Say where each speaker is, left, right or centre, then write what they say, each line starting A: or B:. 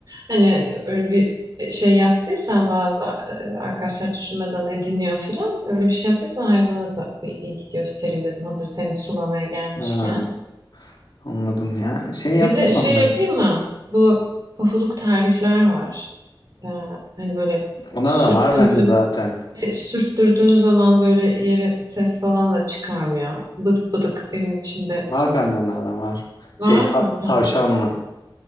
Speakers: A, on the right (about 45°); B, on the left (about 55°).
A: Hani öyle bir şey yaptıysan bazı e, arkadaşlar düşünmeden ediniyor filan. Öyle bir şey yaptıysan hayvana da bir ilgi göstereyim dedim. Hazır seni sulamaya gelmişken.
B: ha, anladım ya şey yapmasan
A: Bir de şey
B: da
A: yapayım mı? Bu pofuduk terlikler var. Ee, hani böyle
B: onlardan
A: sürttürdüğün,
B: var bende zaten
A: e, sürttürdüğün zaman böyle yere ses falan da çıkarmıyor. Bıdık bıdık evin içinde
B: var bende onlardan var şey
A: Var
B: ta-
A: mı? Ha.
B: tavşanlı